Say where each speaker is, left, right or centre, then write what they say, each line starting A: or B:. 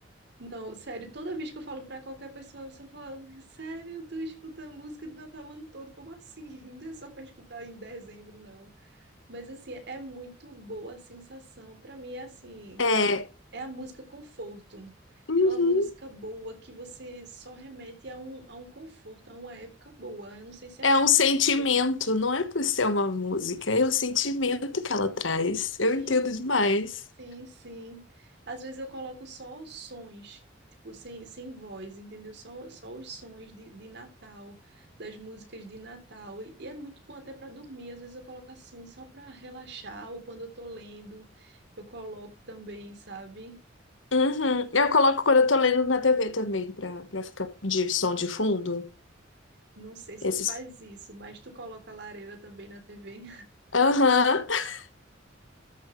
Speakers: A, on the right; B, on the left.
A: Não, sério, toda vez que eu falo pra qualquer pessoa, eu só falo, sério, tu escuta música de Natal o ano todo, como assim? <laughs> Não é só pra escutar em dezembro, não. Mas, assim, é muito boa a sensação. Pra mim, é assim.
B: É,
A: É a música conforto,
B: uhum.
A: aquela música boa que você só remete a um, a um conforto, a uma época boa. Eu não sei se é
B: É
A: assim
B: um sentimento,
A: contigo.
B: não é por ser uma música, é o sentimento que ela traz.
A: Sim,
B: Eu entendo demais.
A: sim, sim. Às vezes eu coloco só os sons, tipo, sem, sem voz, entendeu? Só, só os sons de, de Natal, das músicas de Natal. E, e é muito bom até para dormir. Às vezes eu coloco assim, só para relaxar, ou quando eu tô lendo, eu coloco também, sabe?
B: Uhum. Eu coloco quando eu tô lendo na TV também, pra, pra ficar de som de fundo.
A: Não sei se
B: Esses.
A: tu faz isso, mas tu coloca a lareira também na TV.
B: Aham. <laughs>